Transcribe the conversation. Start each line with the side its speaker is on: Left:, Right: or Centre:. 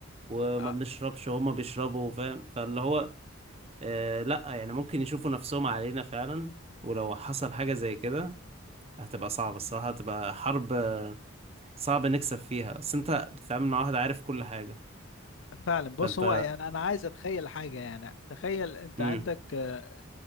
Right: وما
Left: آه،
Right: بنشربش وهم بيشربوا فاهم فاللي هو آه لا يعني ممكن يشوفوا نفسهم علينا فعلا ولو حصل حاجة زي كده هتبقى صعبة الصراحة هتبقى حرب صعب نكسب فيها بس انت بتتعامل مع واحد عارف كل حاجة
Left: فعلا بص
Right: فانت
Left: هو يعني انا عايز اتخيل حاجه يعني تخيل انت
Right: امم
Left: عندك آه،